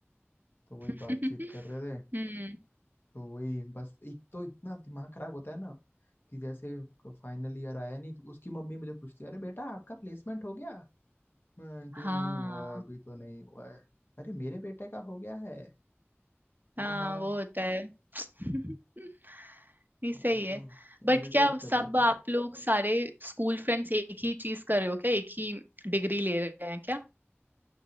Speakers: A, on the left (about 50°); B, on the right (about 45°).
A: तो वही
B: <laughs>
A: बातचीत कर रहे थे
B: हम्म
A: तो वही बस एक तो इतना दिमाग खराब होता है ना कि जैसे फाइनल ईयर आया नहीं तो उसकी मम्मी मुझे पूछती है अरे बेटा आपका प्लेसमेंट हो गया मैं आंटी
B: हाँ
A: नहीं हुआ है अभी तो नहीं हुआ है अरे मेरे बेटे का हो गया है मैं
B: हाँ
A: हाँ
B: वो होता है <laughs> ये
A: अब
B: सही
A: एकदम
B: है बट
A: इरिटेट
B: क्या
A: कर
B: सब
A: देते
B: आप
A: हैं भाई
B: लोग सारे स्कूल फ्रेंड्स एक ही चीज कर रहे हो क्या एक ही डिग्री ले रहे हैं क्या